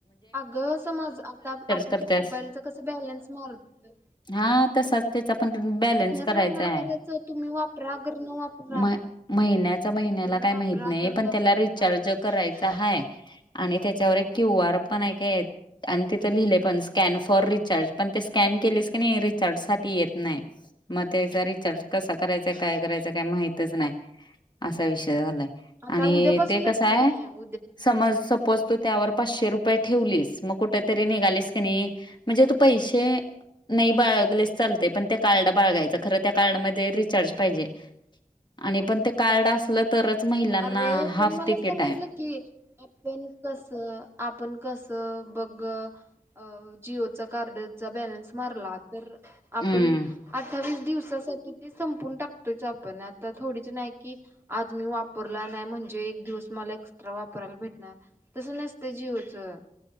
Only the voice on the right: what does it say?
अगं समज, आता आपण
मोबाईलचा कसं बॅलन्स मारतोय
महिन्याला
करायचं तुम्ही वापरा गर न वापरा
तुम्ही
वापरा
गर
न
वापरा
असं आहे
का?
आता
उद्या उद्यापासूनच
पण की
नाही
आहे
अरे
पण मला
समजलं
की, आपण कसं आपण कसं बघ अ जिओचा कार्डचा बॅलन्स मारला तर आपण
अठ्ठावीस दिवसासाठी ते संपून टाकतोयच आपण, आता थोडीच नाही की आज मी वापरला नाही म्हणजे एक दिवस मला एक्स्ट्रा वापरायला भेटणार. तसं नसतय जिओचं.